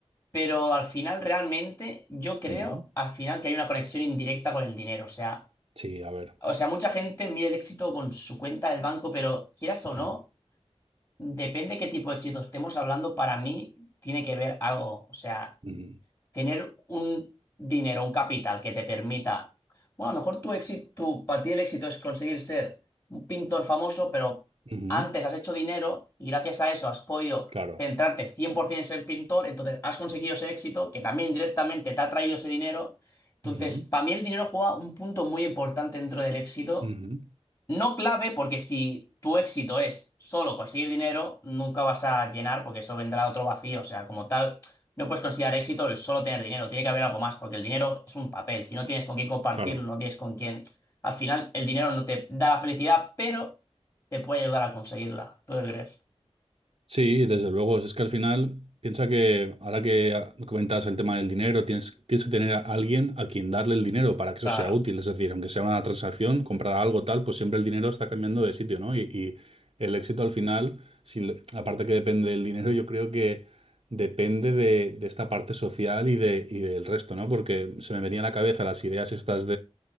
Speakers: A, on the left; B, on the right.
A: pero al final realmente yo creo
B: mm,
A: al final que hay una conexión indirecta con el dinero. O sea,
B: sí, a ver.
A: o sea, mucha gente mide el éxito con su cuenta del banco, pero quieras o
B: Ujú,
A: no, depende qué tipo de éxito estemos hablando, para mí tiene que ver algo. O sea
B: ujú,
A: tener un dinero, un capital que te permita, bueno, a lo mejor tu éxito, tu, para ti el éxito es conseguir ser un pintor famoso, pero
B: ujú,
A: antes has hecho dinero y gracias a eso has podido
B: claro.
A: centrarte 100% en ser pintor, entonces has conseguido ese éxito que también directamente te ha traído ese dinero. Entonces,
B: Ujú,
A: para mí el dinero juega un punto muy importante dentro del éxito
B: ujú,
A: no clave, porque si tu éxito es solo conseguir dinero, nunca vas a llenar, porque eso vendrá otro vacío. O sea, como tal, no puedes considerar éxito el solo tener dinero. Tiene que haber algo más, porque el dinero es un papel. Si no tienes con quién compartirlo,
B: claro.
A: no tienes con quién. Al final, el dinero no te da la felicidad, pero te puede ayudar a conseguirla. ¿Tú qué crees?
B: Sí, desde luego. Es que al final, piensa que ahora que ah, comentas el tema del dinero, tienes, tienes que tener a alguien a quien darle el dinero para que eso
A: Claro.
B: sea útil. Es decir, aunque sea una transacción, comprar algo tal, pues siempre el dinero está cambiando de sitio, ¿no? Y, y el éxito al final, si, lo- aparte que depende del dinero, yo creo que depende de, de esta parte social y, de, y del resto, ¿no? Porque se me venía a la cabeza las ideas estas